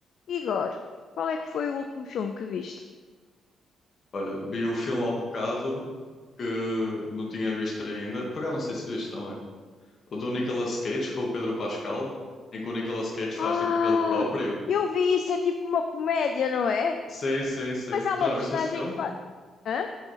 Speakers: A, on the left; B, on the left.
A: Igor, qual é que foi o último filme que viste?
B: Olha, vi o filme há um bocado que não tinha visto ainda. Por acaso não sei se viste também. O do Nicolas Cage com o Pedro Pascal, em que o Nicolas Cage
A: Ah,
B: faz tipo dele próprio.
A: eu vi isso, é tipo uma comédia, não é?
B: Sim, sim, sim.
A: Mas há uma
B: Tu já
A: personagem
B: viste esse filme?
A: que faz. Hã?